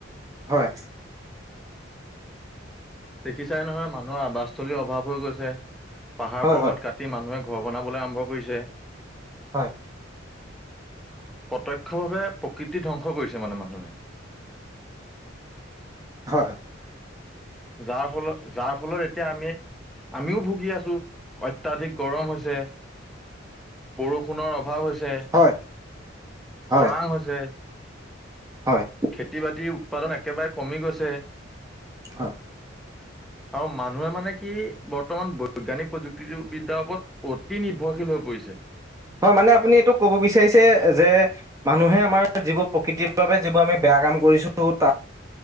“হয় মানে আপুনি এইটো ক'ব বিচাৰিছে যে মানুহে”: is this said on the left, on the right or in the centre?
Right